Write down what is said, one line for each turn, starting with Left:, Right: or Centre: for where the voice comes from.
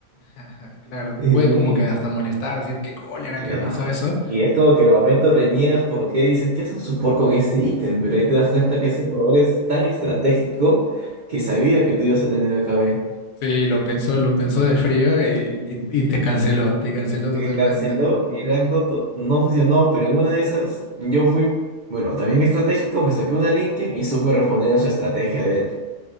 Left: Ajá, Claro,
Right: Eh,
Left: puede como que hasta molestar, decir qué cólera
Right: Claro.
Left: que me hizo eso.
Right: Y es como que de momento reniegas porque dices, ¿qué hace un support con este ítem? Pero ahí te das cuenta que ese jugador es tan estratégico que sabía que tú ibas a tener BKB.
Left: Sí, lo pensó, lo pensó de frío y,
Right: Y
Left: y y te canceló, te canceló
Right: eh,
Left: totalmente.
Right: canceló mi Rakdoto, no funcionó, pero en una de esas yo fui, bueno, también estratégico, me saqué una Linken y supe responder a su estrategia de, él.